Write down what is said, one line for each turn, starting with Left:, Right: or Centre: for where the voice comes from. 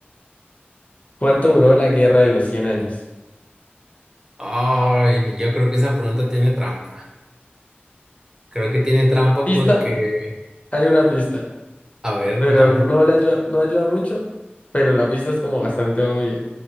Left: ¿Cuánto duró la guerra de los 100 años?
Right: Ay, yo creo que esa pregunta tiene trampa. Creo que tiene trampa
Left: Pista,
Right: porque...
Left: hay una pista,
Right: A ver,
Left: pero
Right: dame.
Left: no la ayuda, no ayuda mucho, pero la pista es como bastante obvia,